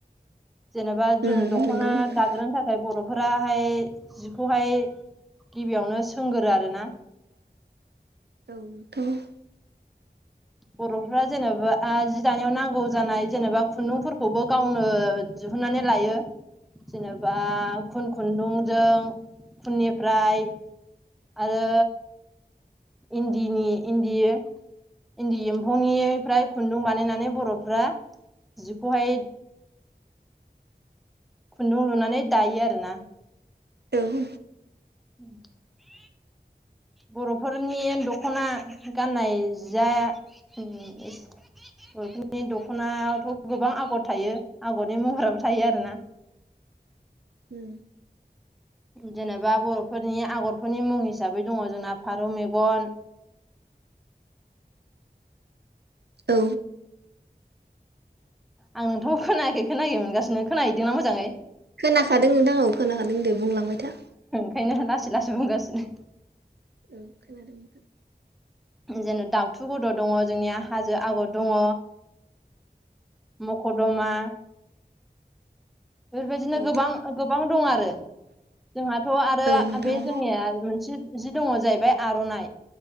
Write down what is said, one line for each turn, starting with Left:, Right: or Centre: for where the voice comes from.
Centre: जेनेबा जों
Right: उम
Centre: दख'ना
Right: नंगौ नोंथां
Centre: दाग्रोनो थाखाय बर'फोराहाय जिखौहाय गिबियावनो सोंगोरो आरोना
Right: थ'
Centre: औ बर'फ्रा जेनेबा जि दानायाव नांगौ जानाय जेनेबा खुन्दुंफोरखौबो गावनो दिहुननानै लायो जेनेबा खुन खुन्दुंजों उननिफ्राय आरो इन्दिनि इन्दियो इन्दि एम्फौनिफ्राय खुन्दुं बानायनानै बर'फ्रा जिखौहाय खुन्दुं लुनानै दायो आरोना
Right: औ औ
Centre: <inaudible> बर'फोरनि दख'ना गाननाय जिआ बर'फोरनि दख'नायावथ' गोबां आगर थायो आगरनि महराबो थायो आरोना <inaudible>
Right: उ
Centre: जेनेबा बर'फोरनि आगरफोरनि मुं हिसाबै दङ जोंना फारौ मेगन
Right: औ
Centre: आं नोंथांखौ खोनायाखै खोनायै मोनगासिनो खोनाहैदोंना मोजाङै
Right: खोनाखादों नोंथां औ खोनाखादों दे बुंलांबाय था
Centre: बेखायनो लासै लासै बुंगासिनो
Right: औ खोनादों नोंथां
Centre: जेन' दाउथु गद' दङ जोंनिया हाजो आगर दङ मख' दमा बेफोरबायदिनो
Right: औ
Centre: गोबां गोबां दं आरो जोंहाथ' आरो
Right: औ नोंथां
Centre: बे
Right: औ
Centre: जोंनिया मोनसे जि मोनसे दङ जाहैबाय आर'नाय